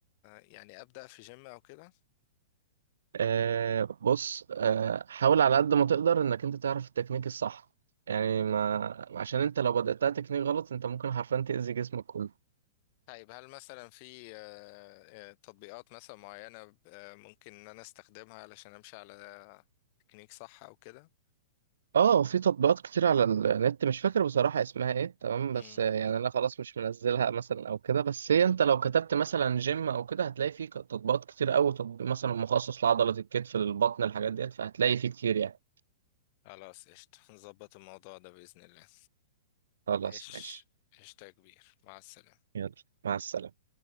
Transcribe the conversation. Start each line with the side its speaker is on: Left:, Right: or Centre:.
Left: يعني ابدأ في جيم او كده
Right: آه بص آه حاول على قد ما تقدر إنك أنت تعرف التكنيك الصح يعني ما عشان أنت لو بدأتها تكنيك غلط أنت ممكن حرفيا تأذي جسمك كله
Left: طيب هل مثلا في آه، آه، تطبيقات مثلا معينة آه، ممكن ان انا استخدمها علشان امشي على تكنيك صح او كده
Right: اه في تطبيقات كتير على النت مش فاكر بصراحة اسمها ايه تمام
Left: امم
Right: بس يعني انا خلاص مش منزلها مثلا او كده بس هي انت لو كتبت مثلا جيم او كده هتلاقي فيه تطبيقات كتير قوي تطبيق مثلا مخصص لعضلة الكتف للبطن الحاجات ديت فهتلاقي فيه كتير يعني
Left: خلاص قشطة نظبط الموضوع ده بإذن الله
Right: خلاص
Left: ماشي
Right: ماشي
Left: قشطة يا كبير مع السلامة
Right: يلا مع السلامة